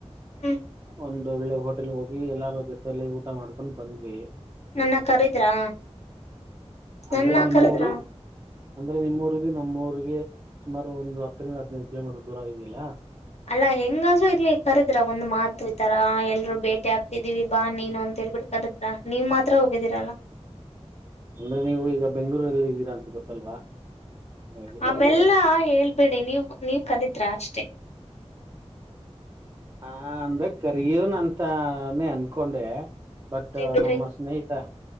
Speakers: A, on the left (about 70°); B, on the right (about 30°).
A: ಹ್ಮ್
B: ಒಂದು ಒಳ್ಳೆ ಹೋಟೆಲ್ ಹೋಗಿ ಎಲ್ಲಾರ ಜೊತೆಯಲ್ಲಿ ಊಟ ಮಾಡ್ಕೊಂಡು ಬಂದ್ವಿ
A: ನನ್ನ ಕರಿದ್ರಾ
B: ಅಂದ್ರೆ
A: ನನ್ನ
B: ನಿಮ್ಮೂರು
A: ಕರದ್ರ
B: ಅಂದ್ರೆ ನಿಮ್ಮೂರಿಗ ನಮ್ಮೂರಿಗೆ ಸುಮಾರು ಒಂದು ಹತ್ತರಿಂದ ಹದ್ಿನೈದು ಕಿಲೋಮೀಟರ್ ದೂರ ಇದೆಯಲ್ಲಾ
A: ಅಲ್ಲಾ ಎಂಗಾಧ್ರು ಇರ್ಲಿ ಕರದ್ರ ಒಂದ್ ಮಾತು ಈತರ ಎಲ್ರು ಬೇಟಿ ಆಗ್ತಿದೀವಿ ಬಾ ನೀನು ಅಂತ ಹೇಳ್ಬಿಟ್ಟ್ರಿ ಕರದ್ರ ನೀವ್ ಮಾತ್ರ ಹೋಗಿದ್ದೀರಲ್ಲ
B: ಅಂದ್ರೆ ನೀವು ಈಗ ಬೆಂಗ್ಗಳೂರಲ್ಲಿ ಇದ್ದೀರಾ ಅಂತ ಗೊತ್ತಲ್ವಾ ಹಾಗೆ
A: ಆಮೆಲ್ಲಾ ಹೇಳ್ಬೇಡಿ ನೀವವು ನೀವ್ ಕರಿದ್ರಾ ಅಷ್ಟೆ
B: ಹ ಅಂದ್ರೆ ಕರಿಯವನ್ ಅಂತಾನೇ ಅನ್ಕೊಂಡೆ ಬಟ್
A: ಸೇ ಬಿಡ್ರಿ
B: ನಮ್ಮ ಸ್ನೇಹಿತ